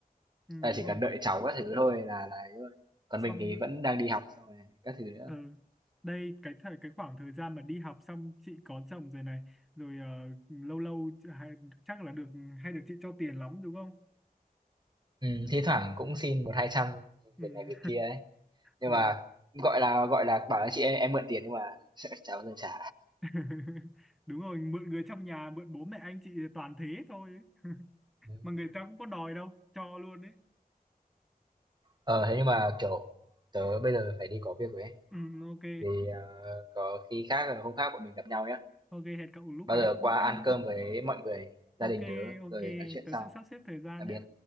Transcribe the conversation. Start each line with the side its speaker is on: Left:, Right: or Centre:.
Centre: ừ,
Right: Là
Centre: đúng
Right: chỉ
Centre: rồi
Right: cần đợi cháu các thứ thôi là là ấy rồi. Còn
Centre: xong
Right: mình thì
Centre: rồi
Right: vẫn đang đi học xong rồi các thứ nữa.
Centre: ờ, đây cái thời cái khoảng thời gian mà đi học xong chị có chồng rồi này rồi ờ, lâu lâu chị- hay- chắc là được hay được chị cho tiền lắm đúng không
Right: Ừm, thi thoảng cũng xin một hai trăm
Centre: ừ.
Right: việc này việc kia ấy. Nhưng
Centre: <laughs> ừ.
Right: mà gọi là, gọi là, bảo là "Chị ơi, em mượn tiền" nhưng mà <laughs> chả bao giờ <laughs> trả.
Centre: <laughs> đúng rồi mượn người trong nhà mượn bố mẹ anh chị toàn thế thôi <laughs>
Right: Ừm.
Centre: mà người ta cũng có đòi đâu cho luôn đấy
Right: Ờ, thế nhưng mà, kiểu, tớ bây giờ phải đi có việc rồi ấy,
Centre: ừ, ok
Right: thì, ờ, có khi khác là hôm khác bọn mình gặp nhau nhá.
Centre: ok hẹn cậu lúc
Right: Bao
Centre: khác
Right: giờ
Centre: lúc
Right: qua
Centre: khác
Right: ăn
Centre: nhé
Right: cơm với mọi người,
Centre: ok
Right: gia đình tớ
Centre: ok
Right: rồi nói chuyện
Centre: tớ
Right: sau.
Centre: sẽ sắp xếp thời gian
Right: Tạm
Centre: nhé
Right: biệt.